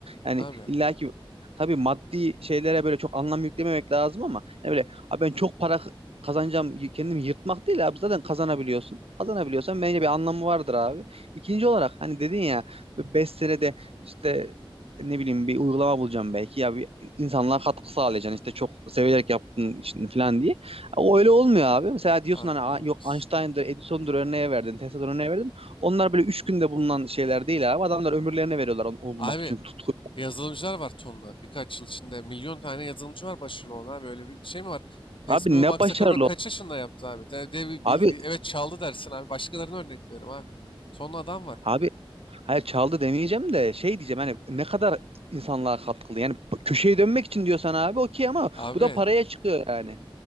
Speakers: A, on the right; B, on the left.
A: Yani
B: Abi.
A: illaki tabii maddi şeylere böyle çok anlam yüklememek lazım ama hani böyle abi ben çok para k- kazanacağım y- kendimi yırtmak değil abi zaten kazanabiliyorsun. Kazanabiliyorsan bence bir anlamı vardır abi. İkinci olarak hani dedin ya 5 senede işte ne bileyim bir uygulama bulacağım belki ya bir insanlığa katkı sağlayacaksın işte çok severek yaptın işini falan diye. O öyle olmuyor abi. Mesela diyorsun
B: Abi
A: hani "Aa,
B: ne olmuş?
A: yok Einstein'dır, Edison'dur örneğe verdin, Tesla'dır örneğe verdin. Onlar böyle üç günde bulunan şeyler değil abi. Adamlar ömürlerini veriyorlar onu, onu
B: Abi
A: bulmak için tutku.
B: Yazılımcılar var tonla. Birkaç yıl içinde milyon tane yazılımcı var başarılı olan abi. Öyle bir şey mi var? Facebook'u
A: Abi ne
B: Mark
A: başarılı.
B: Zuckerberg kaç
A: o-
B: yaşında yaptı abi? De, de- bir,
A: Abi
B: bir- bir- evet çaldı dersin abi. Başkalarına örnek veririm abi. Tonla adam var.
A: abi hayır çaldı demeyeceğim de şey diyeceğim hani ne kadar insanlığa katkılı. Yani köşeye dönmek için diyorsan abi okey ama
B: Abi,
A: bu da paraya çıkıyor yani.